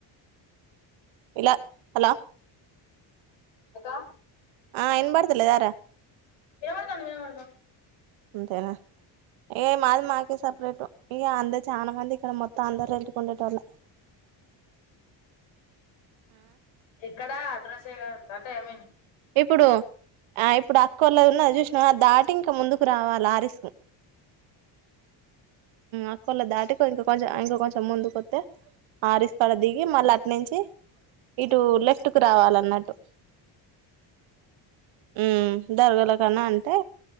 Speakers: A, on the right; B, on the left.
A: ఇలా హలా
B: అకా
A: ఆ ఇబడతలేదారా
B: వినపతుంది వినపడుతుంది
A: అంతేనా ఇగ మాది మాకే సపరేట్ ఇగ అందరు చాలా మంది ఇక్కడ మొత్తం అందరు రెంటుకుండేటొల్లె
B: ఎక్కడ అడ్రస్ ఎ కద అంటే ఐ మీన్
A: ఇప్పుడు ఆ ఇప్పుడు క్కోల ఉన్న చూసినం అది దాటి ఇంక ముందుకు రావాలా ఆ రస్ అక్కలా దాటిక ఇంక కొంచం ఇంక కొంచెం ముందుకొస్తతే ఆరిస్కాడ దిగి మళ్ళీ అట్ నుంచి ఇటు లెఫ్ట్ కు రావాలన్నట్టు హ్మ్ దరగల కన్నా అంటే